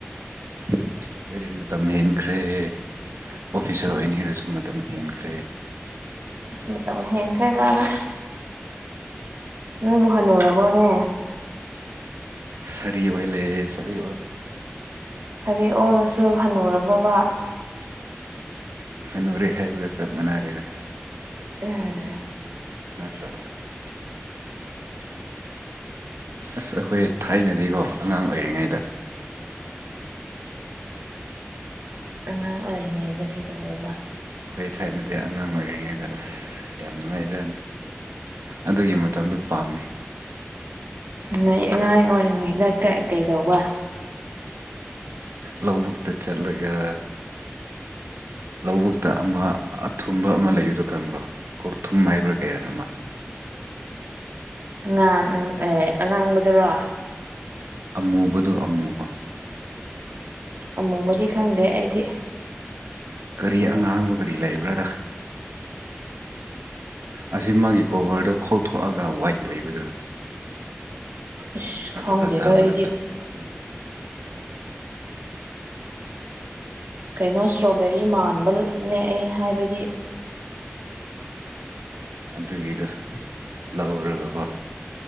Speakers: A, on the right; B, on the right.
A: ꯑꯩꯈꯣꯏꯗꯤ ꯃꯇꯝ ꯍꯦꯟꯈ꯭ꯔꯦ ꯑꯣꯐꯤꯁꯥꯔ ꯑꯣꯏꯅꯤꯡꯉꯔꯁꯨ ꯃꯇꯝ ꯍꯦꯟꯈ꯭ꯔꯦ
B: ꯁꯤ ꯃꯇꯝ ꯍꯦꯟꯈ꯭ꯔꯦ ꯀꯅ ꯅꯣꯏꯕꯨ ꯍꯅꯨꯔꯕꯣꯅꯦ
A: ꯁꯔꯤ ꯑꯣꯏ ꯂꯩꯔꯦ ꯁꯔꯤ ꯑꯣꯏ ꯂꯩꯔꯦ
B: ꯁꯔ ꯑꯣꯜꯂꯁꯨ ꯍꯟꯅꯨꯔꯕꯣꯕꯥ
A: ꯅꯨꯔꯦ ꯍꯥꯏꯕꯒ ꯆꯞ ꯃꯥꯟꯅꯔꯦꯗ
B: ꯎꯝ
A: ꯅꯠꯇ꯭ꯔ ꯑꯁ ꯑꯩꯈꯣꯏ ꯊꯥꯏꯅꯗꯤꯀꯣ ꯑꯉꯥꯡ ꯑꯣꯏꯔꯤꯉꯩꯗ
B: ꯑꯉꯥꯡ ꯑꯣꯏꯔꯤꯉꯩꯗ ꯀꯩꯗꯧꯋꯦꯕ
A: ꯑꯩ ꯊꯥꯏꯅꯗꯤ ꯑꯉꯥꯡ ꯑꯣꯏꯔꯤꯉꯩꯗ ꯑꯁ ꯌꯥꯝ ꯅꯨꯡꯉꯥꯏꯖꯅꯤ ꯑꯗꯨꯒꯤ ꯃꯇꯝꯗꯨ ꯄꯥꯝꯃꯤ
B: ꯅꯣꯏ ꯑꯉꯥꯡ ꯑꯣꯏꯔꯤꯉꯩꯗ ꯀꯩꯗꯧꯕ
A: ꯂꯧꯕꯨꯛ ꯇ ꯆꯠꯂꯒ ꯂꯧꯕꯨꯛꯇ ꯑꯃ ꯑꯊꯨꯝꯕ ꯑꯃ ꯂꯩꯕꯗꯣ ꯈꯪꯕ꯭ꯔꯣ ꯀꯣꯛ ꯊꯨꯝ ꯍꯥꯏꯕ꯭ꯔꯥ ꯀꯩꯅꯣꯝꯃ <inaudible>
B: ꯉꯥꯟ ꯑꯦ ꯑꯉꯥꯡꯕꯗꯨꯔꯣ
A: ꯑꯃꯨꯕꯗꯨ ꯑꯃꯨꯕ
B: ꯑꯃꯨꯕꯗꯤ ꯈꯪꯗꯦ ꯑꯩꯗꯤ
A: ꯀꯔꯤ ꯑꯉꯥꯡꯕ ꯀꯔꯤ ꯂꯩꯕ꯭ꯔꯥꯗ ꯑꯁꯤ ꯃꯥꯒꯤ ꯀꯣꯚꯔꯗꯨ ꯈꯣꯛꯊꯣꯛꯑꯒ ꯋꯥꯏꯠ ꯑꯣꯏꯕꯗꯨ
B: ꯏꯁ
A: ꯑꯗꯨꯒ
B: ꯈꯪꯗꯦꯗ
A: ꯆꯥꯕꯗꯨ
B: ꯑꯩꯗꯤ
A: ꯑꯗꯨ
B: ꯀꯩꯅꯣ ꯏꯁꯇ꯭ꯔꯣꯕꯦꯔꯤ ꯃꯥꯟꯕ ꯅꯦꯛ ꯑꯩ ꯍꯥꯏꯕꯗꯤ
A: ꯑꯗꯨꯒꯤꯗꯣ ꯂꯧꯔꯒꯀꯣ